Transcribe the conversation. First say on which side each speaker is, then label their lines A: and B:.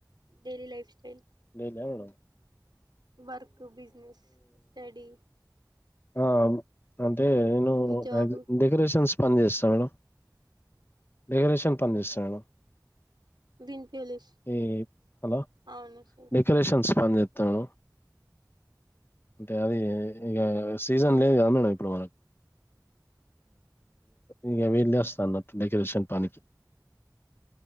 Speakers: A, on the right; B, on the left.
A: డైలీ లైఫ్ స్టల్
B: ఎల్ను
A: వర్క్ బిజినెస్ స్టడీ
B: ఆ అంత అంటే నేను
A: జాబ్
B: మాక్సిమం డెకరేషన్స్ పనిచేస్తా మేడం డెకరేషన్ పనిచేస్తా మేడం
A: బిన్పిలిష్
B: ఈ హలో
A: అవును సార్
B: డెకరేషన్స్ పని చెస్తాను అంటే అది ఇక సీజన్
A: అవునా
B: లేదు కాద
A: సార్
B: మేడం ఇప్పుడు మనకు ఇగ వీళేస్తా అన్నట్టు డెకరేషన్ పనికి